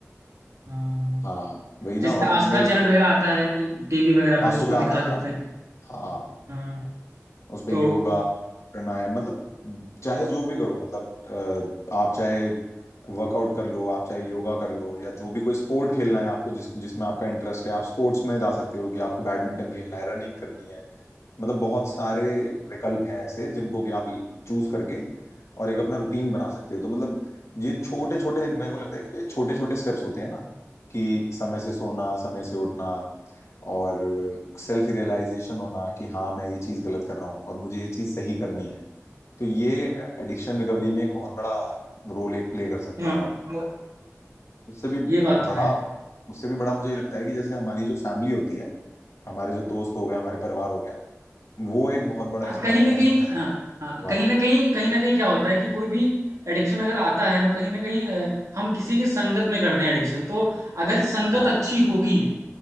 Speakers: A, on the right; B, on the left.
A: हाँ हाँ
B: हाँ वही ना
A: जैसे
B: और
A: आस्था
B: मेरे
A: चैनल वगैरह आता है टीवी वगैरह
B: हाँ
A: पे उसको
B: सुबह
A: दिखा
B: आता है ना
A: सकते हैं
B: हाँ
A: हाँ
B: उस पे
A: तो
B: योगा प्राणायाम मतलब चाहे जो भी करो मतलब अ, आप चाहे वर्कआउट कर लो आप चाहे योगा कर लो या जो भी कोई स्पोर्ट खेलना है आपको जिस जिसमें आपका इंटरेस्ट है आप स्पोर्ट्स में जा सकते हो कि आपको बैडमिंटन खेलना है रनिंग करनी है मतलब बहुत सारे विकल्प हैं ऐसे जिनको कि आप चूज करके और एक अपना रूटीन बना सकते हो तो मतलब ये छोटे छोटे मेरे को लगता है कि जो ये छोटे छोटे स्टेप्स होते हैं ना कि समय से सोना समय से उठना और सेल्फ रियलाइजेशन होना कि हाँ मैं ये चीज़ गलत कर रहा हूँ और मुझे ये चीज़ सही करनी है तो ये एडिक्शन रिकवरी में एक बहुत बड़ा रोल एक प्ले कर सकते
A: हाँ
B: हैं और
A: वो-
B: उससे भी
A: ये बात
B: बड़ा
A: तो है
B: उससे भी बड़ा मुझे ये लगता है कि जैसे हमारी जो फैमिली होती है हमारे जो दोस्त हो गए हमारे परिवार हो गया वो एक बहुत बड़ा
A: हाँ
B: इसमें
A: कहीं
B: अहम
A: ना कहीं
B: हिस्सा
A: हाँ हाँ
B: निभाते
A: कहीं ना
B: हैं
A: कहीं कहीं ना कहीं क्या होता है कि कोई भी एडिक्शन अगर आता है ना कहीं ना कहीं अ, हम किसी के संगत में करते हैं एडिक्शन तो अगर संगत
B: हाँ
A: अच्छी होगी